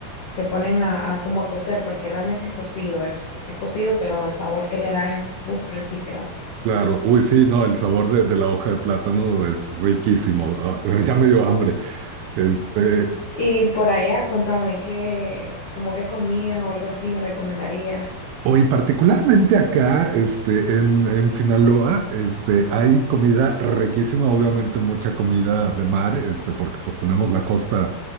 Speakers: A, on the left; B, on the right.
A: se ponen a, a como a cocer, porque realmente es cocido eso, es cocido, pero el sabor que le da es uf, riquísimo.
B: Claro, uy, sí, no, el sabor de, de la hoja de plátano es riquísimo. Ah, <laughs> ya me dio hambre. Este,
A: Y por allá, cuéntame qué, como qué comida o algo así me recomendarías.
B: hoy particularmente acá, este, en, en Sinaloa, este, hay comida riquísima, obviamente mucha comida de mar, este, porque pues tenemos la costa,